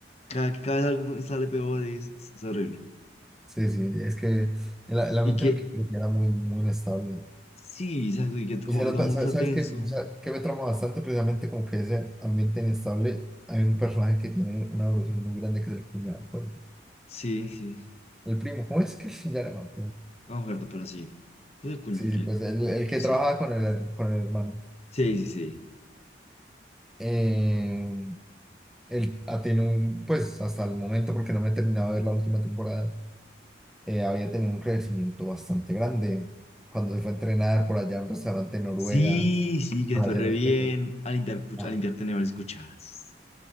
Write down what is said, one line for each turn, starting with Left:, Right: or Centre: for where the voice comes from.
Left: cada, cada vez algo sale peor, es, es horrible.
Centre: Sí, sí, es que el, el ambiente
Left: Y que
Centre: en el que crecí era muy, muy inestable.
Left: Sí, exacto, y que como
Centre: Y se
Left: que
Centre: nota,
Left: todo el mundo
Centre: ¿sabes,
Left: está
Centre: sabes
Left: tenso.
Centre: qué, O sea, qué me trama bastante? Precisamente como que ese ambiente inestable, hay un personaje que tiene una evolución muy grande que es el cuñado, pues,
Left: Sí, sí.
Centre: el primo, ¿cómo es que se llama?
Left: No me acuerdo, pero sí. Creo que el
Centre: Sí,
Left: cuñ-
Centre: sí,
Left: el-
Centre: pues el, el que
Left: sí.
Centre: trabaja con el, con el hermano.
Left: Sí, sí, sí.
Centre: Eh, él ha tenido un, pues hasta el momento, porque no me he terminado de ver la última temporada, eh, había tenido un crecimiento bastante grande. Cuando se fue a entrenar por allá a un restaurante en Noruega
Left: Sí, sí, que
Centre: para
Left: le fue
Centre: hacer
Left: re
Centre: el
Left: bien
Centre: queso.
Left: a limpiar, cuch-
Centre: Ah,
Left: a limpiar tenedores y cucharas.